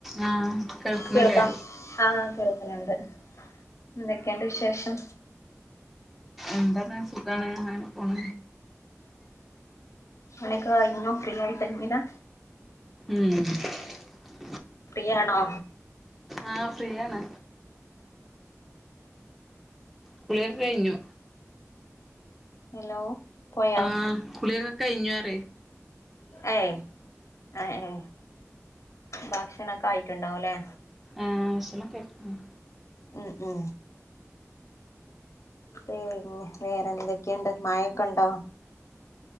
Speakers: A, in the centre; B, on the left.
A: ആഹ് കേൾക്കണില്ലേ
B: കേൾക്കാം ആഹ കേൾക്കൻുണ്ട് എന്തൊക്കെയണ്ട് വിശേഷം
A: എന്തണ സുഖാണ് അങ്ങനെ പോണ
B: പണിയൊക്കെ കഴിഞ്ഞോ ഫ്രീ ആയിട്ട ഇരിന്നതാ
A: ഉം
B: ഫ്രീയണോ
A: ആ ഫ്രീയാണ് കുളിയൊക്കെ കഴിഞ്ഞു
B: ഹലോ പോയോ
A: ആഹ കുളിയൊകെ കയിഞ്ഞു പറയെ
B: ഏ ഏ ഭക്ഷണക്കേ ആയി ഒ ഉണ്ടാവല്ലേ
A: ആഹ ഭാഷാനൊക്കെ അയിക്കുന്നു
B: ഉ ഉ പിന്നെ വേറെ എന്തൊക്കെയുണ്ട് മായൊക്കെണ്ടോ